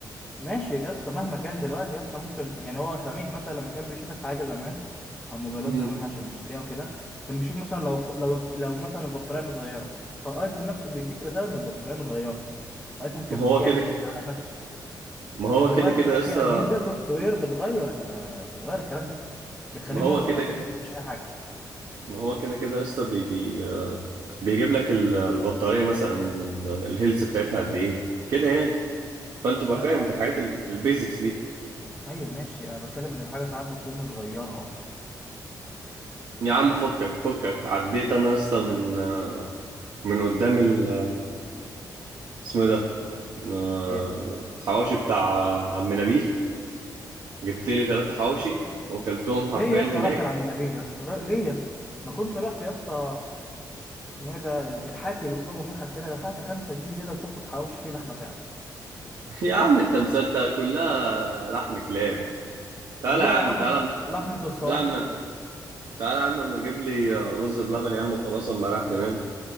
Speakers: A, in the centre; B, on the right (about 55°).
A: ماشي يا اسطى مهما كان دلوقتي يا اسطى ممكن يعني هو سميح مثلا لما كان بيشوف الحاجه زمان او موبايلات
B: مم.
A: زمان عشان يشتريها وكده كان بيشوف مثلا لو لو لو مثلا البطاريه متغيره فالايفون نفسه بيديك رساله ان البطاريه متغيره الايفون كان
B: ما هو
A: بيعمل
B: كده كده
A: تشيك على نفسه
B: ما
A: لكن
B: هو
A: دلوقتي
B: كده كده
A: بقى
B: يا اسطى
A: في اجهزه سوفت وير بتغير ال... بتغير الكلام ده بتخليه
B: ما هو
A: نورمال
B: كده
A: لكن
B: ك-
A: مفيش اي حاجه
B: ما هو كده كده يا اسطى بي... بي... آه، بيجيب لك ال- البطارية مثلا ال- الهيلث بتاعتها قد ايه كده يعني فانت تبقى
A: لا
B: فاهم في الحاجات البيزكس
A: ايوه ماشي انا بتكلم ان الحاجه ساعات بتكون متغيره اصلا
B: يا عم فكك فكك عديت انا يا اسطى من من قدام ال اسمه ايه ده آه،
A: ايه
B: الحواوشي بتاع عم نبيل جبت لي ثلاثة حواوشي وكلتهم حرفيا
A: ليه يا اسطى
B: هناك
A: رحت لعم نبيل يا اسطى ر- ليه يا اسطى ما كنت رحت يا اسطى اسمه ايه ده ال- الحاتي اللي قصاده الناحيه التانيه دفعت 5 جنيه زياده تاخد حواوشي فيه لحمه فعلا
B: <laughs> يا عم انت مصدق كلها لحم كلاب تعالى
A: والله
B: يا عم
A: يا عم
B: تعالى
A: لحمه الصواف
B: تعالى يا
A: اسطوره
B: عم تعالى يا عم اما اجيب لي رز بلبن يا عم وخلاص اما راح دماغي